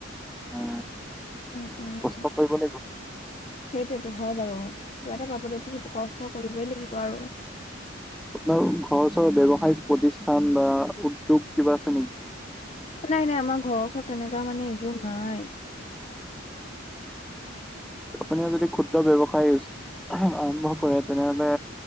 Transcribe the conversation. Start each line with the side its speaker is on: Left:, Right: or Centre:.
Centre: উম
Left: উম, উম,
Centre: কষ্ট কৰিব লাগিব
Left: সেইটোৱেতো হয় বাৰু কিবা এটা পাবলৈটো কষ্ট কৰিবই লাগিব আৰু
Centre: আপোনাৰ ঘৰ ওচৰ ব্যৱসায়িক প্ৰতিষ্ঠান বা উদ্যোগ কিবা আছে নেকি।
Left: নাই নাই আমাৰ ঘৰৰ ওচৰত তেনেকা মানে একো নাই
Centre: আপুনি যদি ক্ষুদ্ৰ ব্যৱসায় আহ আৰম্ভ কৰে তেনেহলে